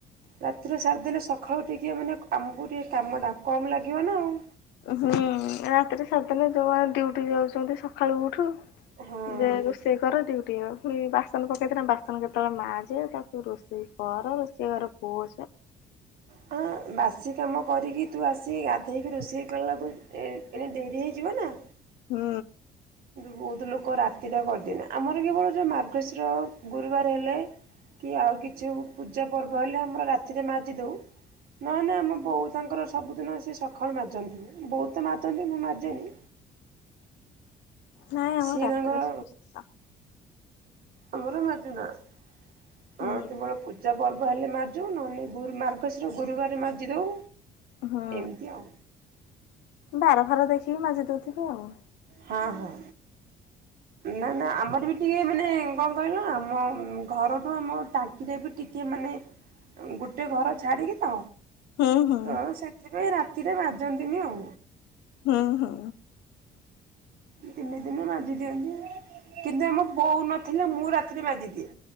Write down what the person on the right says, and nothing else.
ରାତିରେ ସାରିଦେଲେ ସଖାଳୁ ଟିକିଏ ମାନେ ଆମୁକୁ ଟିକେ କାମଟା କମ୍ ଲାଗିବ ନା ଆଉ।
ହଁ।
ହଁ, ବାସି କାମ କରିକି ତୁ ଆସିକି ଗାଧେଇକି ରୋଷେଇ କଲାବେଳୁକୁ ଏଣେ ଡେରି ହେଇଯିବ ନା।
ବହୁତୁ ଲୋକ ରାତିରେ କରିଦେଲେ ଆମର କେବଳ ଯୋଉ ମାର୍ଗଶୀର ଗୁରୁବାର ହେଲେ। କି ଆଉ କିଛି ପୂଜା ପର୍ବ ହେଲେ ଆମର ରାତିରେ ମାଜି ଦଉ। ନହନେ ଆମ ବୋଉ ତାଙ୍କର ସବୁଦିନ ସେ ସଖାଳୁ ମାଜନ୍ତି, ବୋଉ ତ ମାଜନ୍ତି ମୁଁ ମାଜେନି।
ସିଏ
ତାଙ୍କର।
ଆମର ମାଜୁନା ଆମାର
କେବଳ। ପୂଜା ପର୍ବ ହେଲେ ମାଜୁ ନହନେ ଗୁରୁ ମାର୍ଗଶୀର ଗୁରୁବାର ରେ ମାଜିଦଉ।
ଏମିତି ଆଉ।
ହଁ ହଁ। ନା ନା ଆମର ବି ଟିକେ ମାନେ କଣ। କହିଲ ଆମ ଘରଠୁ ଆମ ଟାଙ୍କିଯାଏ ବି ଟିକେ ମାନେ। ଗୋଟେ ଘର ଛାଡ଼ିକି ତ,
ତ ସେଥିପାଇଁ ରାତିରେ ବାଜନ୍ତିନି ଆଉ।
ଦିନେ ଦିନେ ମାଜି ଦିଅନ୍ତି ଆଉ, କିନ୍ତୁ ଆମ ବୋଉ ନଥିଲେ ମୁଁ ରାତିରେ ମାଜିଦିଏ।